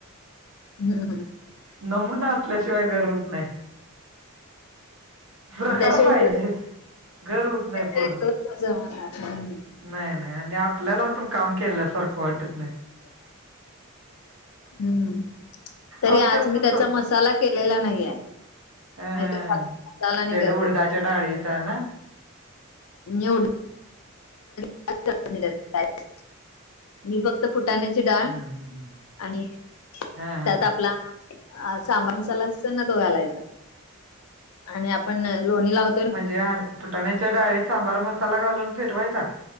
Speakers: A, on the left; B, on the right.
A: हम्म हम्म
B: नमुना असल्याशिवाय घर होत नाही प्रकार
A: त्याशिवाय
B: पाहिजेत.
A: गळून
B: घर होत नाही
A: त्याशिवाय
B: पूर्ण.
A: गळून कसं होणार? हम्म
B: नाही नाही आणि आपल्याला पण काम केल्यासारखं वाटत नाही.
A: हम्म. तरी
B: आमच्यात
A: आज मी
B: पण
A: त्याचा मसाला केलेला नाही आहेे.
B: आं
A: नाहीतर त्याला मसाला
B: तेढ
A: करते
B: उडदाच्या डाळीच ना.
A: येवढं <unintelligible> मी फक्त फुटाने ची डाळ
B: हम्म, हम्म.
A: आणि
B: हा हा
A: त्यात आपला आ सांभर मसाला असतो ना तो घालायचा आणि आपण लोणी लाव
B: म्हणजे फुटाण्याच्या डाळीत सांभर मसाला घालून फिरवायचा?